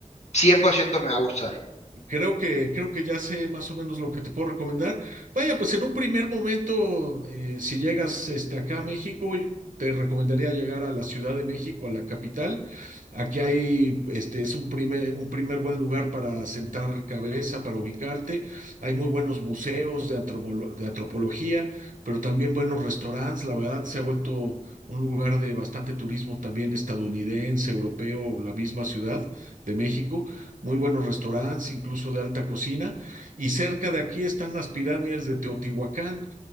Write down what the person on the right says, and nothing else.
Creo que, creo que ya sé más o menos lo que te puedo recomendar. Vaya, pues en un primer momento, eh, si llegas este, acá a México, yo te recomendaría llegar a la Ciudad de México, a la capital. Aquí hay, este, es un primer, un primer buen lugar para sentar cabeza, para ubicarte. Hay muy buenos museos de, antropolo- de antropología, pero también buenos restaurantes. La verdad, se ha vuelto un lugar de bastante turismo también estadounidense, europeo, la misma ciudad de México muy buenos restaurantes, incluso de alta cocina. Y cerca de aquí están las pirámides de Teotihuacán,